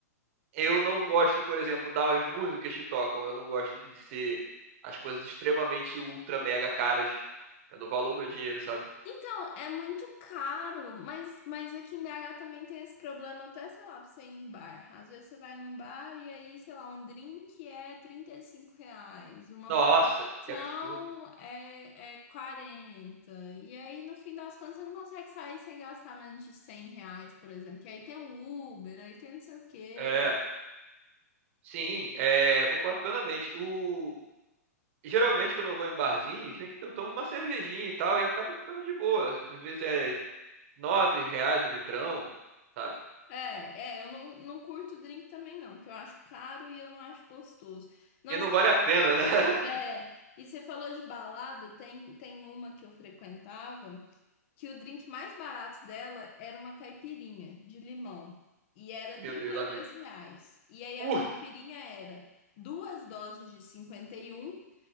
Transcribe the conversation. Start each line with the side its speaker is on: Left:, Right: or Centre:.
Right: eu não gosto, por exemplo, das músicas que tocam. Eu não gosto de ser as coisas extremamente ultra mega caras. Eu dou valor ao meu dinheiro, sabe?
Left: Então, é muito caro, mas, mas aqui em BH também tem esse problema, até, sei lá, pra você ir em bar. Às vezes você vai num bar e aí, sei lá, um drink é 35 reais, uma
Right: Nossa,
Left: São
Right: que absurdo.
Left: é, é quarenta E aí, no fim das contas, você não consegue sair sem gastar menos de 100 reais, por exemplo. Que aí tem o Uber, aí tem não sei o quê.
Right: É, sim, é, concordo plenamente. O, geralmente, quando eu vou em barzinho, gente, eu tomo uma cervejinha e tal, e acaba ficando de boa. Às vezes é nove reais o litrão, sabe?
Left: É, é, eu não, não curto drink também, não, porque eu acho caro e eu não acho gostoso. Nossa,
Right: E não vale a pena, né? <laughs>
Left: é, e você falou de balada, tem, tem uma que eu frequentava. que o drink mais barato dela era uma caipirinha de limão. E era
Right: Meu
Left: trinta
Right: Deus,
Left: e
Right: lá vem.
Left: dois reais. E aí a
Right: Uh,
Left: caipirinha era duas doses de 51,